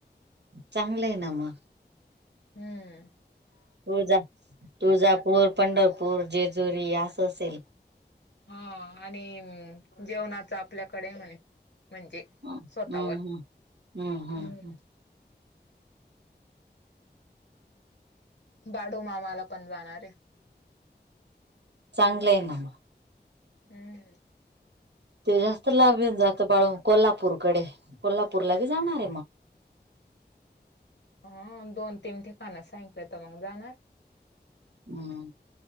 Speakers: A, on the right; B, on the left.
A: चांगलंय आहे ना म.
B: हूं!
A: तुळजा, तुळजापूर, पंढरपूर जेजुरी, असं असेल.
B: हं आणि जेवणाच आपल्याकडे म्हने म्हणजे.
A: हम्म
B: स्वतःवर
A: हम्म हम्म हम्म
B: हूं.
A: हम्म.
B: बाडोमामाला पण जाणार हे.
A: चांगलंय ना आहे म.
B: हूं!
A: ते जास्त लाभ येऊन जातं बाळून कोल्हापूरकडे कोल्हापूरला बी जाणार आहे मग
B: ह दोन तीन ठिकाण सांगीतल्यात त मग जाणार.
A: हूं!